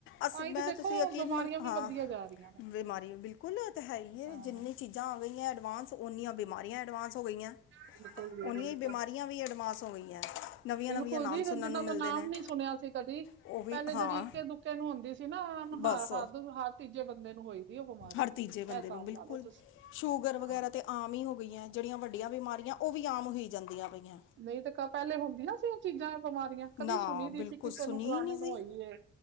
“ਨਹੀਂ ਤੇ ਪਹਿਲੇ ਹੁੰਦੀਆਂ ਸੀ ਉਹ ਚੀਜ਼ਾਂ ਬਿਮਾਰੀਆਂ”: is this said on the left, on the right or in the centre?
Right